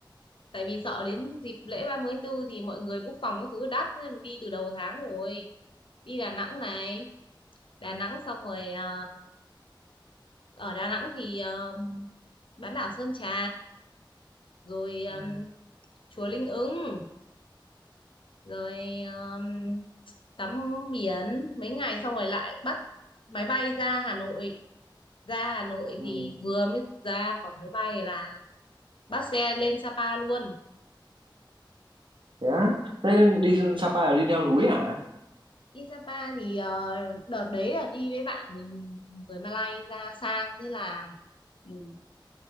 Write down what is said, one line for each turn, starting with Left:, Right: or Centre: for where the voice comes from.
Left: tại vì sợ đến dịp lễ 30 tháng Tư thì mọi người book phòng các thứ đắt nên mình đi từ đầu tháng rồi đi Đà Nẵng này Đà Nẵng xong rồi ờ, ở Đà Nẵng thì ờ, bán đảo Sơn Trà rồi ờ,
Right: ừ,
Left: chùa Linh Ứng rồi ờ, tắm biển mấy ngày xong rồi lại bắt máy bay ra Hà Nội ra Hà Nội
Right: ừ,
Left: thì vừa mới ra khỏi máy bay là bắt xe lên Sapa luôn
Right: thế á thế nên đi Sapa là đi leo núi à
Left: đi Sapa thì ờ, đợt đấy là đi với bạn mình người Malay ra sang thế là ừ,